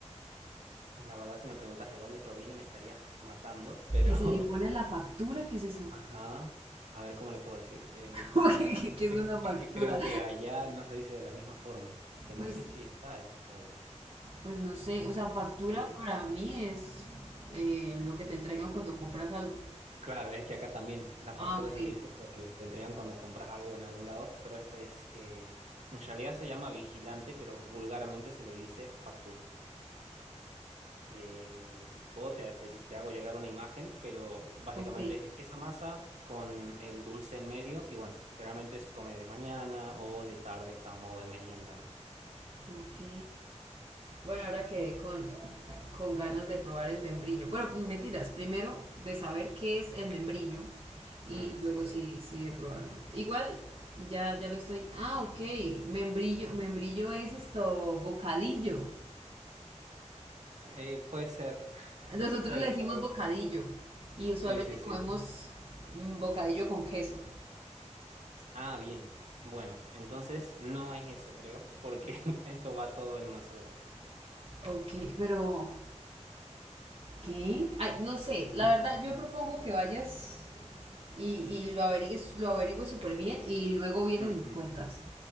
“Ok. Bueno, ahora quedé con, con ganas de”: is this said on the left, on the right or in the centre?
Right